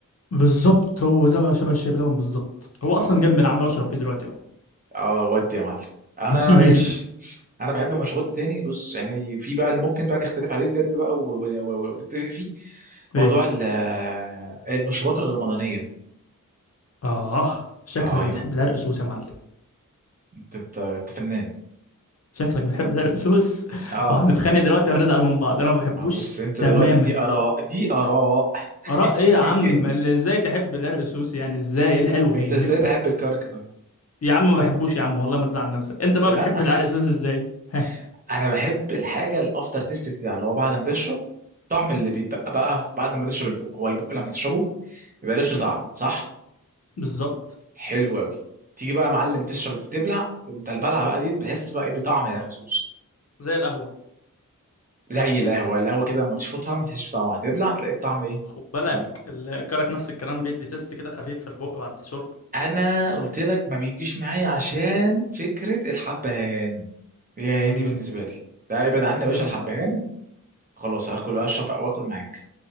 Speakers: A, on the left (about 50°); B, on the right (about 25°).
A: بالظبط هو زي شبه الشاي بلبن بالظبط هو
B: اه
A: اصلا جنب انا عمال اشرب فيه دلوقتي اهو
B: اه ودي يا معلم انا
A: <laughs>
B: ماشي انا بحب مشروبات تاني بص يعني في بقى اللي ممكن بقى نختلف عليه بجد بقى و- و- و- ونتفق فيه موضوع
A: ايه
B: ال- المشروبات الرمضانيه
A: اه شكلك
B: آه ايوه
A: بتحب العرق سوس يا معلم
B: انت انت أنت فنان
A: شكلك بتحب العرق سوس <laughs>
B: اه
A: وهنتخانق دلوقتي وهنزعل من بعض انا ما بحبوش
B: ما هو بص انت
A: تماما
B: دلوقتي دي اراء دي اراء
A: اراء
B: <laughs>
A: ايه يا عم اللي ازاي تحب العرق سوس يعني ازاي ايه الحلو فيه
B: انت ازاي
A: نفسي
B: تحب
A: افهم
B: الكرك طيب
A: يا عم ما بحبوش يا عم والله ما تزعل نفسك انت بقى
B: لا
A: بتحب العرق سوس ازاي ها
B: <laughs> انا بحب الحاجه الافتر تيست بتاع اللي هو بعد ما تشرب طعم اللي بيتبقى بقى بعد ما تشرب البق هو البق لما تشربه ما بيبقاش له طعم صح
A: بالظبط
B: حلو قوي تيجي بقى يا معلم تشرب تبلع انت البلعه بقى دي بتحس بقى ايه بطعم الرز
A: زي القهوة
B: زي القهوه القهوه كده لما تشفطها ما تحسش بطعمها تبلع تلاقي الطعم ايه
A: خد بالك
B: الكلام ده كله
A: الكرك نفس الكلام بيدي تيست كده خفيف في البق بعد الشرب
B: انا قلت لك ما بيجيش معايا عشان فكره الحبهان هي
A: مم.
B: هي دي بالنسبه لي ده ابعد عني يا باشا
A: كلام
B: الحبهان
A: صح
B: خلاص هاكل واشرب واكل معاك